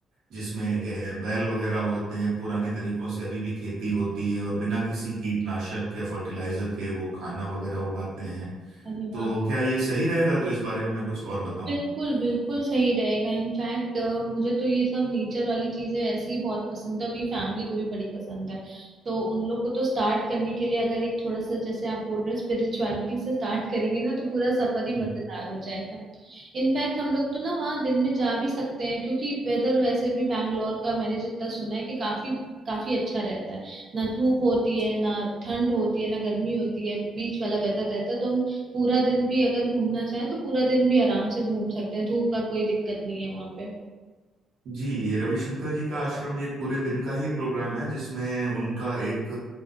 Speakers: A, on the right; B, on the right.
A: जिसमें गे- बैल वगैरह होते हैं पुराने तरीकों से अभी भी खेती होती है और बिना किसी कीटनाशक या फर्टिलाइजर के वो खाना वगैरह उगाते हैं
B: अरे वाह
A: तो क्या ये सही रहेगा तो इस बारे में मैं कुछ और बताऊं
B: बिल्कुल बिल्कुल सही रहेगा इनफैक्ट मुझे तो ये सब नेचर वाली चीजें वैसे ही बहुत पसंद है मेरी फैमिली को भी बड़ी पसंद है तो उन लोग को तो स्टार्ट करने के लिए अगर एक थोड़ा सा जैसे आप बोल रहे हो स्पिरिचुअलिटी से स्टार्ट करेंगे ना तो पूरा सफर ही
A: हम्म
B: मजेदार हो जाएगा इनफैक्ट हम लोग तो ना वहाँ दिन में जा भी सकते हैं क्योंकि वेदर वैसे भी बैंगलोर का मैंने जितना सुना है कि काफी काफी अच्छा रहता है ना धूप होती है ना ठंड होती है ना गर्मी होती है बीच वाला वेदर रहता है तो हम पूरा दिन भी अगर घूमना चाहें तो पूरा दिन भी आराम से घूम सकते हैं धूप का कोई दिक्कत नहीं है वहाँ पे
A: जी ये रविशंकर जी का आश्रम ये एक पूरे दिन का ही प्रोग्राम है जिसमें उनका एक